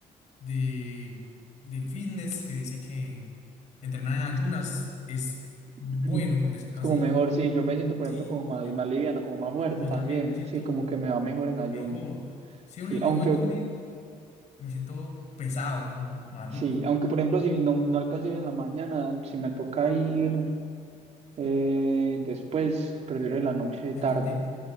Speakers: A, on the left (about 55°); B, on the right (about 50°).
A: de, del fitness que dice que entrenar en ayunas es
B: <clears throat>
A: bueno, por decirlo
B: Es
A: así.
B: como mejor, sí. Yo me siento, por
A: Sí,
B: ejemplo, como más,
A: y
B: más liviano, como más fuerte
A: yo
B: también.
A: también me siento
B: Sí, como que me va mejor en ayunas.
A: mejor. Sí,
B: Sí,
A: porque
B: aunque,
A: yo voy comido y me siento pesado, como maluco.
B: sí, aunque, por ejemplo, si no, no alcanzo a ir en la mañana, si me toca ir eh, después, prefiero en la noche
A: Saca
B: tarde.
A: tiempo.